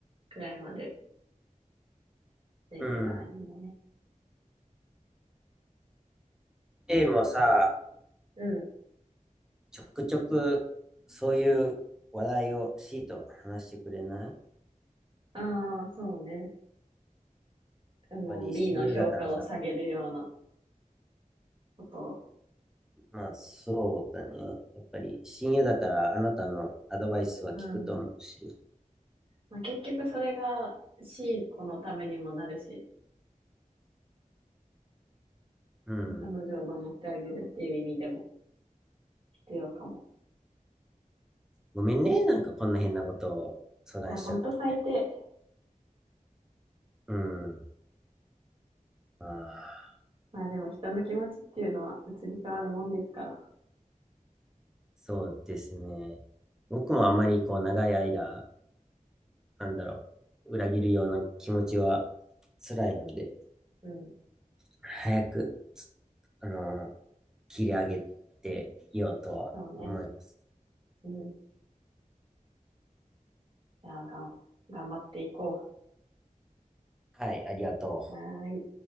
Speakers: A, on the right (about 40°); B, in the centre.
A: くらいまででいけたらいいよね。
B: うん。A もさ、
A: うん。
B: ちょくちょく、そういう話題を C と話してくれないやっ
A: ああ、そうね。あの、
B: ぱり親友だからさ。
A: B の評価を下げるようなことを。
B: まあ、そうだね。やっぱり親友だから、あなたのアドバイスは聞くと思うし。
A: うん。まあ、結局それが C 子のためにもなるし、
B: うん。
A: 彼女を守ってあげるっていう意味でも必要かも。
B: ごめんね。なんかこんな変なことを相談しちゃって。
A: いや、ほんと最低。
B: うん。ああ、
A: まあでも人の気持ちっていうのは移り変わるもんですから。
B: そうですね。僕もあんまりこう長い間、なんだろう、裏切るような気持ちは辛いので、
A: うん。
B: 早く、つあの、切り上げていようとは思います。
A: そうね。うん。じゃあ、がん、頑張っていこ
B: はい、ありがとう。
A: う。はーい。